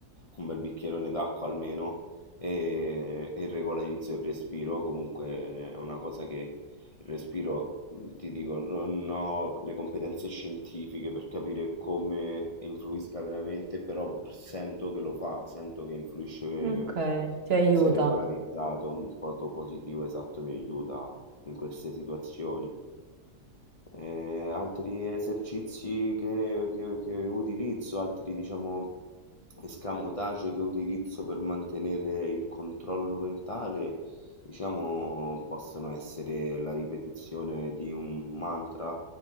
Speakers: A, on the left; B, on the right.
A: un bel bicchierone d'acqua almeno e, e regolarizzo il respiro. Comunque è una cosa che il respiro, mhmm, ti dico, non ho le competenze scientifiche per capire come influisca veramente, però sento che lo fa, sento che influisce eh,
B: Ok, ti aiuta.
A: se regolarizzato, un po' positivo esatto mi aiuta in queste situazioni. Ehm, altri esercizi che che che utilizzo, altri diciamo escamotage che utilizzo per mantenere il controllo mentale, diciamo possono essere la ripetizione di un mantra,